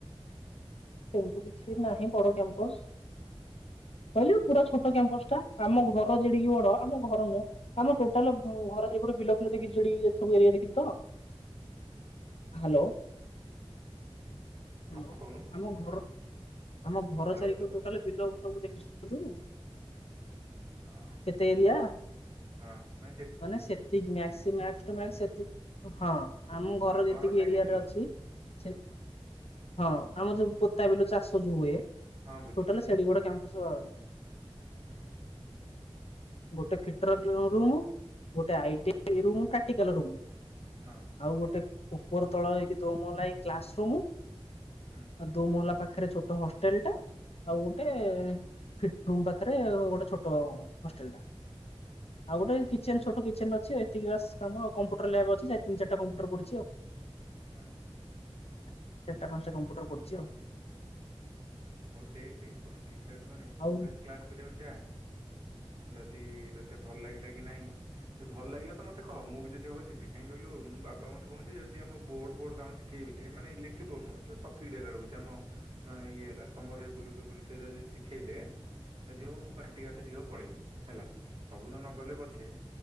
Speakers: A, on the left; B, on the right.
A: ସେମିତି କିଛି ନାହିଁ ବଡ କ୍ୟାମ୍ପ <unintelligible> କହିଲ ପୁରା ଛୋଟ କ୍ୟାମ୍ପସ ଟା ଆମ ଘର ଯେଡିକି ବଡ ଆମ ଘର ନୁହଁ ଆମର ଟୋଟାଲ ଘର <unintelligible> ଗୋଟେ ବିଲ ବିଲ ଦେଖି ସବୁ ଏରିଆ ଦେଖିଲି ତ? ହ୍ୟାଲୋ <unintelligible>
B: ହଁ କହୁନୁ
A: ଆମ ଘର ଆମ ଘର
B: ହ୍ୟାଲୋ
A: ଚାରିପଟେ ଟୋଟାଲ ବିଲ ସବୁ ଦେଖିଛ ତୁ?
B: ଅଃ
A: ତେରିଆ
B: ହୁଁ ହ
A: ମାନେ ସେତିକି, ମାକ୍ସ ଟୁ ମାସ୍କ ସେତି ହଁ ଆମ ଘର
B: ମାନେ
A: ଯେତିକି
B: ସାଇଡ
A: ଏରିଆରେ
B: ବିଲ
A: ଅଛି। ସେ ହଁ। ଆମ ଯୋଉ ପୋତା ବିଲଚାଷ ଯୋଉ ହୁଏ
B: ହଁ ବୁଝିଲି
A: ଟୋଟାଲା ସେଡିକିବଡ କମ୍ପାସ ଭାବେ
B: ହୁଁ।
A: ଗୋଟେ ଫିଟର ଙ୍କରୁମ୍, ଗୋଟେ I T I room practical room.
B: ହଁ
A: ଆଉ ଗୋଟେ ଉପର ତଳ ହେଇକି ଦୋମହଲା ହେଇ କ୍ଲାସ ରୁମ
B: ହୁଁ।
A: ଆ ଦୋମହଲା ପାଖରେ ଛୋଟ ହଷ୍ଟେଲ ଟା ଆଉ ଗୋଟେ ଫିଟରୁମ୍ ପାଖରେ ଗୋଟେ ଛୋଟ ହୋଷ୍ଟେଲ ଟା
B: ହଁ,
A: ଆଉ ଗୋଟେ କିଚେନ ଛୋଟ କିଚେନ ଅଛି ଏତିକି ବାସ କାମ କମ୍ପୁଟର ଲ୍ୟାବ୍ ଅଛି ସେ ତିନି ଚାରଟା କମ୍ପୁଟର ପଢିଛି ଆଉ।
B: ହୁଁ।
A: ଚାରିଟା ପାଞ୍ଚଟା କମ୍ପ୍ୟୁଟର ପଡ଼ିଛି ଆଉ।
B: ହଉ ଦେଖେ କଉଟା ଠିକ ଲାଗୁଛି ମାନେ ତୁ
A: ଆଉ
B: ଫାଷ୍ଟ କ୍ଲାସ କୁ ଯାଉଛେ? ଯଦି ତୋତେ ଭଲ ଲାଗିଲା କି ନାହିଁ ଭଲ ଲାଗିଲା ତ ମତେ କହ ମୁଁ ବି ଯଦି ହବ ଯିବି କାହିଁ କହିଲୁ? ବାବା ମତେ କହନ୍ତି ଯଦି ଆମ ବୋର୍ଡ ଫୋଡ କାମ ଶିଖେଇଲେ, ମାନେ ଇଲେକ୍ଟ୍ରୀ ବୋର୍ଡ ନୁହଁ ଯୋଉ ସର୍କିଟ ହେରା ରହୁଛି ଆମ ଇଏ ହେଲା ସମର ଲେବୁଲୁ ଫେବୁଲ ସେଇରା ଯଦି ଶିଖେଇଲେ। ଯଦି ହବ ମୁଁ ପ୍ରାକ୍ଟିକାଲା ଶିଖିବାକୁ ପଳେଇବି ହେଲା ସବୁଦିନ ନ ଗଲେ ପଛେ